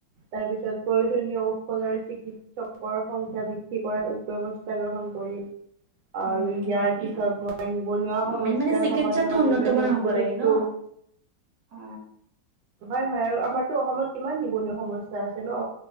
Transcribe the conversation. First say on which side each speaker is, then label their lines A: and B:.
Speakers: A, on the right; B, on the right.
A: তাৰ পিছত প্ৰয়োজনীয় ঔষধ আৰু চিকিৎসকৰ সংখ্যা বৃদ্ধি কৰাৰ ব্যৱস্থা গ্ৰহণ ক কৰি আৰু
B: উম,
A: ইয়াৰ
B: হয় দিয়া।
A: পিছত মই নিবনুৱা সমস্যাৰ
B: মেইন মানে চিকিৎসাটো
A: সমাধানৰ
B: উন্নত
A: বাবে
B: মানৰ
A: নতুন
B: হ'ব লাগে
A: উদ্যোগ
B: ন? অ
A: হয় হয় আৰু আমাৰতো অসমত কিমান নিবনুৱা সমস্যা আছে ন